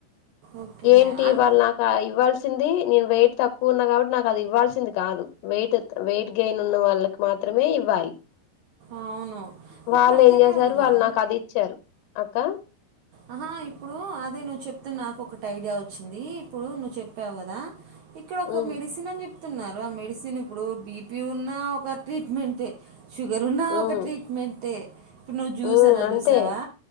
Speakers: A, on the right; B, on the left.
A: ఓకే
B: ఏంటి
A: అని
B: వాళ్ళు నాకు ఇవ్వాల్సింది నేను వెయిట్ తక్కువ ఉన్నా కాబట్టి నాకు అది ఇవ్ల్సింది కాదు వెయిట్ వెయిట్ గెయిన్ ఉన్న వాళ్ళకి మాత్రమే ఇవ్వాలి
A: అవును
B: వాళ్ళు
A: ఇప్పుడు అదే
B: ఏం చేసారు
A: కాదురా
B: వాళ్ళు నాకు అది ఇచ్చారు అక్క
A: ఆహా ఇప్పుడు అదే నువ్వు చెప్తున్న నాకు ఒకటి ఐడియా వచ్చింది ఇప్పుడు నువ్వు చెప్పావు కదా ఇక్కడ ఒక
B: ఉమ్
A: మెడిసిన్ అని చె న్నారు ఆ మెడిసిన్ ఇప్పుడు బీపీ ఉన్న ఒక ట్రీట్మెంటట్ షుగర్ ఉన్నా
B: ఉమ్
A: ఒక ట్రీట్మెంటట్ ఇప్పుడు నువ్వు చూసనా
B: ఉమ్ అంతే
A: చూసావా